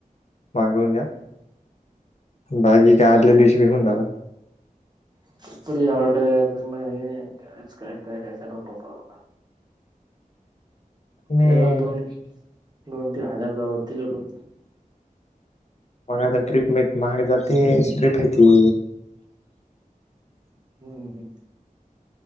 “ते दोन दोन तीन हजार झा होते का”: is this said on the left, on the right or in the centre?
Right